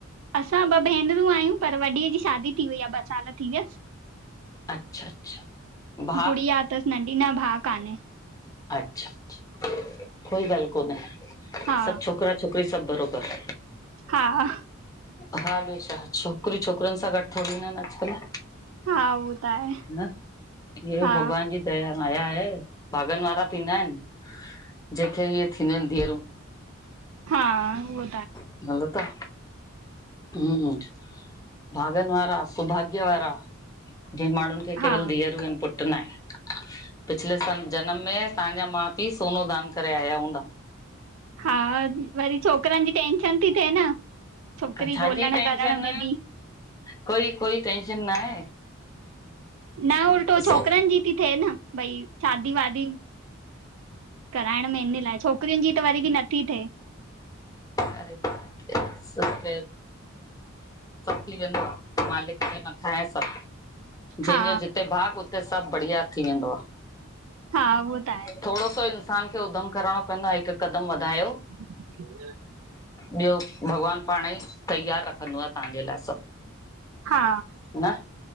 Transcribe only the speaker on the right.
असां ॿ भेनरूं आहियूं पर वॾीअ जी शादी थी वई आ ॿ साल थी वियस।
गुड़िया तस नंढी, न भा कांहे।
हा
हा,
हा उहो त आहे
हा
हा, उह
हा
हा वरी छोकरन जी टेंशन ती थे न। छोकिरी
ॻोल्हण
करण में बि
न उल्टो
छोकरन जी थी थे न भई शादी वादी कराइण में इन लाइ छोकरिन जी त वरी भी नथी थे।
हा
हा, उहो त आहे।
<inaudible>
हा